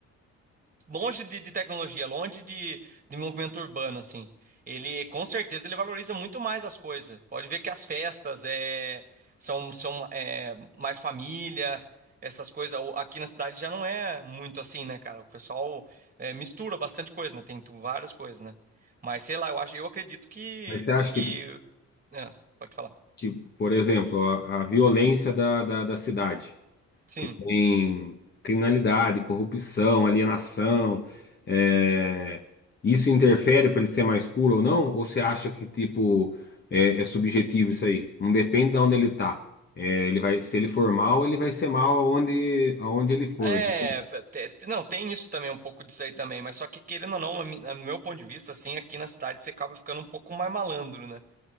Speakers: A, on the right; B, on the left.
A: longe de, de tecnologia, longe de, de movimento urbano, assim. Ele, com certeza, ele valoriza muito mais as coisas. Pode ver que as festas é, são, são é, mais família, essas coisas. O- Aqui na cidade já não é muito assim, né, cara? O pessoal é, mistura bastante coisa, né? Tem tu- várias coisas, né? Mas sei lá, eu acho, eu acredito que,
B: Mas você acha
A: que...
B: que
A: Ah, pode falar.
B: Tipo, por exemplo, a, a violência da, da, da cidade,
A: Sim.
B: que tem criminalidade, corrupção, alienação, é, isso interfere para ele ser mais puro ou não? Ou você acha que, tipo, é, é subjetivo isso aí? Não depende de onde ele tá. É, ele vai, se ele for mal, ele vai ser mal aonde, aonde ele for.
A: É,
B: entendeu?
A: te- te- não, tem isso também, um pouco disso aí também, mas só que querendo ou não, a mi- a- no meu ponto de vista, assim, aqui na cidade você acaba ficando um pouco mais malandro, né?